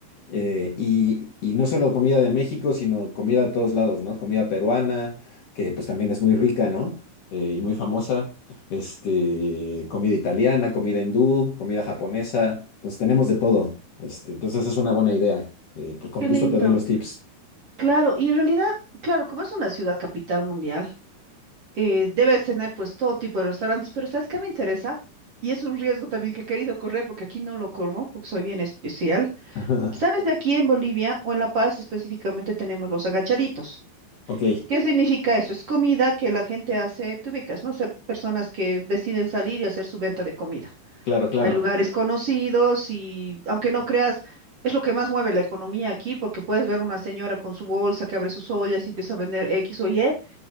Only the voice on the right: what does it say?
Qué
lindo.
Claro, y en realidad, claro, como es una ciudad capital mundial. eh, debes tener pues todo tipo de restaurantes, pero ¿sabes qué me interesa? Y es un riesgo también que he querido correr porque aquí no lo corro porque soy bien especial.
Sabes, de aquí en Bolivia o en La Paz específicamente tenemos los agachaditos.
¿Qué significa eso? Es comida que la gente hace, te ubicas, ¿no? O sea, personas que deciden salir y hacer su venta de comida.
Hay lugares conocidos y aunque no creas, es lo que más mueve la economía aquí porque puedes ver una señora con su bolsa que abre sus ollas y empieza a vender X o Y